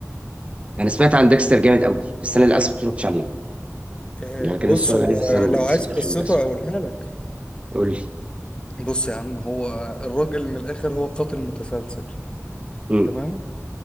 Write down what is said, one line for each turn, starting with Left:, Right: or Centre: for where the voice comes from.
Right: انا سمعت عن ديكستر جامد قوي بس انا للاسف ما اتفرجتش عليه
Left: آه،
Right: يعني أنا كان
Left: بص
Right: نفسي اتفرج
Left: هو
Right: عليه بس انا
Left: لو
Right: لسه
Left: عايز
Right: ما اتفرجتش
Left: قصته
Right: عليه للاسف
Left: اقولها لك
Right: قول لي
Left: بص يا عم هو الراجل من الاخر هو قاتل متسلسل
Right: امم
Left: تمام